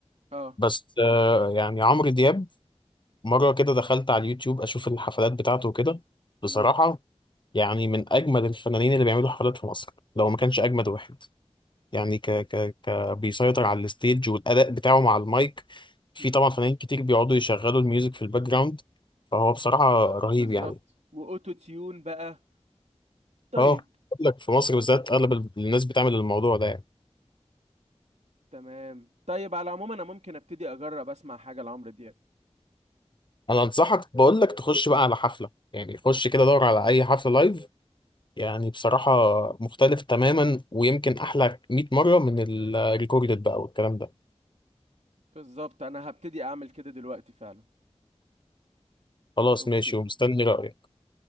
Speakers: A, on the right (about 85°); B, on the left (about 45°).
A: اه
B: بس آه يعني عمرو دياب مرة كده دخلت على اليوتيوب أشوف الحفلات بتاعته وكده بصراحة
A: مم.
B: يعني من أجمد الفنانين اللي بيعملوا حفلات في مصر لو ما كانش أجمد واحد يعني ك ك ك بيسيطر على الستيج والأداء بتاعه مع المايك في
A: مم.
B: طبعا فنانين كتير بيقعدوا يشغلوا الميوزك في الباك جراوند فهو بصراحة رهيب
A: بالظبط
B: يعني
A: واوتو تيون بقى طيب
B: اه بقول لك في مصر بالذات أغلب ال- الناس بتعمل الموضوع ده يعني
A: تمام طيب على العموم انا ممكن ابتدي اجرب اسمع حاجة لعمرو دياب
B: أنا أنصحك بقول لك تخش بقى على حفلة يعني خش كده دور على أي حفلة لايف يعني بصراحة مختلف تماما ويمكن أحلى 100 مرة من الريكوردد بقى والكلام ده
A: بالظبط انا هبتدي اعمل كده دلوقتي فعلا
B: خلاص
A: اوكي
B: ماشي ومستني رأيك